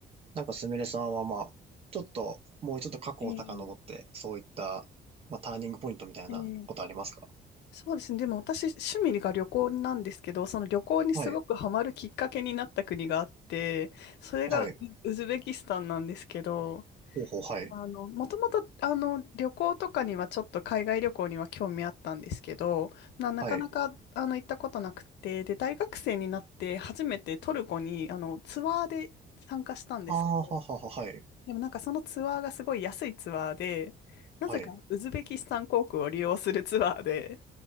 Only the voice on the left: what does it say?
ええ
ええそうですね。でも私、趣味が旅行なんですけど、その旅行にすごくハマるきっかけになった国があって、
それがウウズベキスタンなんですけど、
あの、もともと、あの、旅行とかにはちょっと海外旅行には興味あったんですけど、な、なかなか、
あの、行ったことなくて、で、大学生になって初めてトルコに、あの、ツアーで参加したんですけど、
でもなんかそのツアーがすごい安いツアーで、なぜかウズベキスタン航空を利用するツアーで、